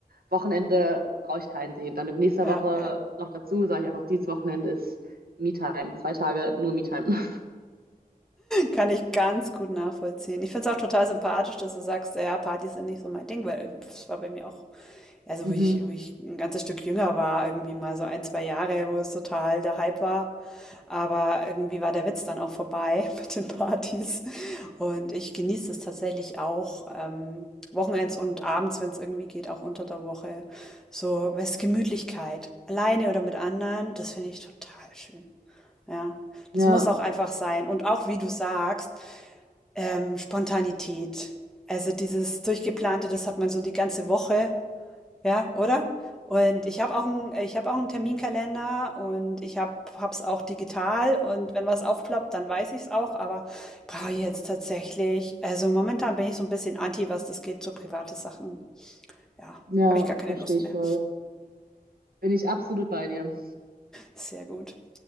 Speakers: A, on the right (about 75°); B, in the centre.
A: Wochenende brauche ich keinen sehen. Dann mit nächster
B: Ja,
A: Woche
B: ja.
A: noch dazu, sage ich einfach, dieses Wochenende ist Me-Time. Zwei Tage nur Me-Time. <laughs>
B: Kann ich ganz gut nachvollziehen. Ich finde es auch total sympathisch, dass du sagst, ja, Partys sind nicht so mein Ding, weil es war bei mir auch Also,
A: Mhm.
B: wo ich, wo ich ein ganzes Stück jünger war, irgendwie mal so ein, zwei Jahre, wo es total der Hype war. Aber irgendwie war der Witz dann auch vorbei <laughs> mit den Partys. Und ich genieße es tatsächlich auch ähm, wochenends und abends, wenn es irgendwie geht, auch unter der Woche. So, was Gemütlichkeit. Alleine oder mit anderen, das finde ich total schön. Ja, das
A: Ja,
B: muss auch einfach sein. Und auch, wie du sagst, ähm, Spontanität. Also dieses Durchgeplante, das hat man so die ganze Woche ja, oder? Und ich habe auch 'n ich habe auch einen Terminkalender und ich habe habe es auch digital und wenn was aufploppt, dann weiß ich es auch, aber brauche
A: Mhm.
B: ich jetzt tatsächlich also, momentan bin ich so ein bisschen anti, was das geht, so private Sachen. Ja,
A: ja,
B: habe ich gar keine
A: verstehe
B: Lust
A: ich
B: mehr.
A: voll. Bin ich absolut bei dir.
B: Sehr gut.